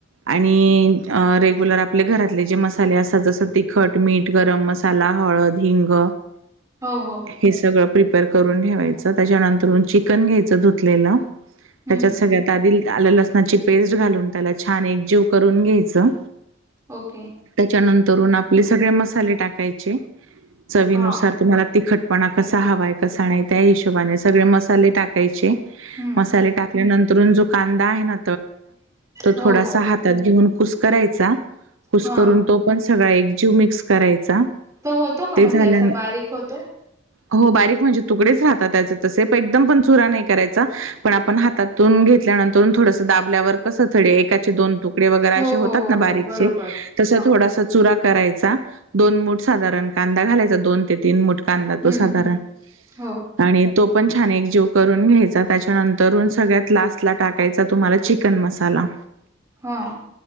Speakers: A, on the right (about 85°); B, on the right (about 15°).
A: आणि रेग्युलर आपले घरातले जे मसाले असतात जस तिखट मीठ गरम मसाला हळ हिंग
B: हो हो
A: हे सगळं प्रिपेअर करून ठेवायचं त्याच्यानंतर चिकन घ्यायचं धुतलेला
B: हम्म
A: त्याच्यात सगळ्यात आध आलं लसणाची पेस्ट घालून त्याला छान एक जीव करून घ्यायचं
B: ओके
A: त्याच्यानंतरून आपले सगळे मसाले टाकायचे चवीनुसार
B: हा
A: तुम्हाला तिखटपणा कसा हवाय कसा नाही त्या हिशो स मले टाकायचे
B: हम्म
A: मसाले टाकल्यानंतर जो कांदा आहे ना
B: हो
A: थोडासा
B: हो
A: हातात घेऊन कुस करायचा कुस
B: हा
A: करून तो पण सगळा एक जीव मिक्स करायचा.
B: तो होतो का
A: ते
B: म्हणजे
A: झाल्या
B: असा बारीक होतो.
A: हो बारीक म्हणजे तुकडेच राहत एकदम पण चरा नाही करायचा पण आपण हातातून घेतल्यानंतर थोडस दाबल्यावर तसा कडे एकाचे दोन तुकडे वगैरे
B: हो
A: असे होतात
B: हो हो
A: ना
B: हो
A: बारीक
B: बरोबर
A: चे तसं
B: हा
A: थोडसं चुरा करायचा दोन मुठ साधारण कांदा घालायचा दोन ते तीन मुठ कांदा
B: हं,
A: तो साधारण
B: हं. हो.
A: आणि तो पण छान एक जीव करून घ्यायचा त्याच्यानंतरून सगळ्यात लास्ट ला टाकायचा तुम्हाला चिकन मसाला ला.
B: हा.